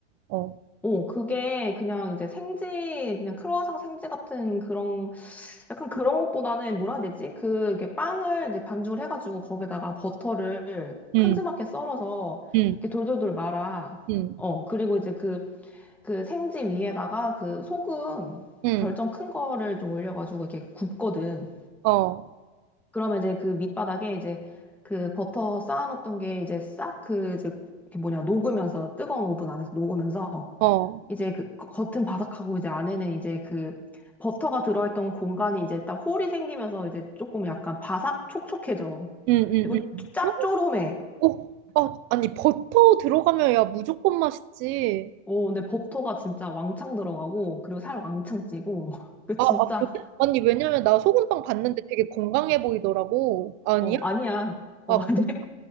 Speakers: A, on the right; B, in the centre.
A: 어.
B: 오, 그게 그냥 이제 생지, 그냥 크루아상 생지 같은 그런, 약간 그런 것보다는 뭐라 해야 되지? 그, 게 빵을 이제 반죽을 해가지고 거기다가 버터를
A: 응,
B: 큼지막하게 썰어서
A: 응,
B: 이렇게 돌돌돌 말아.
A: 응,
B: 어, 그리고 이제 그, 그 생지 위에다가 그 소금
A: 응,
B: 결정 큰 거를 좀 올려가지고 이렇게 굽거든.
A: 어,
B: 그러면 이제 그 밑바닥에 이제 그 버터 쌓아놨던 게 이제 싹 그 이제 이렇게 뭐냐, 녹으면서 뜨거운 오븐 안에서 녹으면서
A: 어,
B: 이제 그 겉은 바삭하고 이제 안에는 이제 그 버터가 들어있던 공간이 이제 딱 홀이 생기면서 이제 조금 약간 바삭 촉촉해져.
A: 응, 응,
B: 그리고 짭조름해.
A: 응. 어, 아, 아니, 버터 들어가면 야, 무조건 맛있지.
B: 오, 근데 버터가 진짜 왕창 들어가고 그리고 살 왕창 찌고 <laughs> 그
A: 아,
B: 진짜
A: 아, 그래? 아니, 왜냐면 나 소금빵 봤는데 되게 건강해 보이더라고. 아니야?
B: 어 아니야. 어
A: 아,
B: 아니야.
A: 그래?